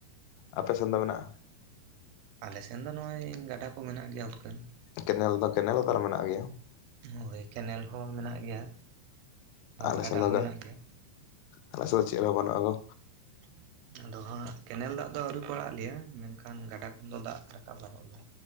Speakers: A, on the left (about 85°); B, on the right (about 75°).
A: ᱟᱯᱮ ᱥᱮᱱ ᱫᱚ ᱢᱮᱱᱟᱜᱼᱟ
B: ᱟᱞᱮ ᱥᱮᱱ ᱫᱚ ᱱᱚᱜᱼᱚᱭ ᱜᱟᱰᱟ ᱠᱚ ᱢᱮᱱᱟᱜ ᱜᱮᱭᱟ ᱩᱛᱠᱟᱹᱱ
A: ᱠᱮᱱᱮᱞ ᱫᱚ ᱠᱮᱱᱮᱞ ᱯᱟᱲ ᱢᱮᱱᱟᱜ ᱜᱮᱭᱟ
B: ᱦᱳᱭ ᱠᱮᱱᱮᱞ ᱦᱚᱸ ᱢᱮᱱᱟᱜ ᱜᱮᱭᱟ᱾ ᱟᱨ
A: ᱟᱞᱮ
B: ᱜᱟᱰᱟ
A: ᱥᱮᱫ ᱫᱚ,
B: ᱦᱚᱸ ᱢᱮᱱᱟᱜ ᱜᱮᱭᱟ
A: ᱟᱞᱮ ᱥᱮᱫ ᱫᱚ ᱪᱮᱫ ᱦᱚᱸ ᱵᱟᱹᱱᱩᱜᱼᱟ ᱜᱚ
B: <inaudible> ᱟᱫᱚ ᱦᱟᱸᱜ ᱠᱮᱱᱮᱞ ᱫᱟᱜ ᱫᱚ ᱟᱹᱣᱨᱤ ᱠᱚ ᱟᱲᱟᱜ ᱟᱞᱮᱭᱟ, ᱢᱮᱱᱠᱷᱟᱱ ᱜᱟᱰᱟ ᱠᱷᱚᱱ ᱫᱚ ᱫᱟᱜ ᱨᱟᱠᱟᱵ ᱜᱟᱱᱚᱜ ᱜᱮᱭᱟ᱾